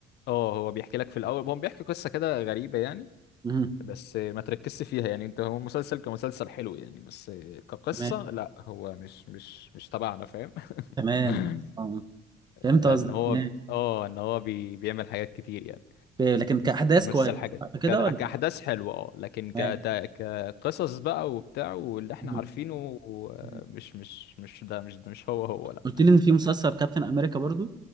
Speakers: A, on the left; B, on the right.
A: اه هو بيحكي لك في الاول هو بيحكي قصة كده غريبة يعني
B: مم،
A: بس ما تركزش فيها يعني انت هو مسلسل كمسلسل حلو يعني بس كقصة
B: تمام
A: لا هو مش مش مش تبعنا فاهم
B: تمام
A: <laughs>
B: آه. فهمت
A: ان
B: قصدك
A: هو
B: تمام
A: اه ان هو بي بيعمل حاجات كتير يعني.
B: في- لكن كأحداث
A: بيمثل
B: كويس
A: حاجة
B: صح كده
A: ك-
B: ولا
A: كأحداث حلوة اه لكن
B: تمام
A: كت... كقصص بقى وبتاع واللي احنا
B: مم،
A: عارفينه آه،
B: مم.
A: مش مش مش ده مش ده مش هو هو لا
B: قلت لي ان في مسلسل كابتن امريكا برضه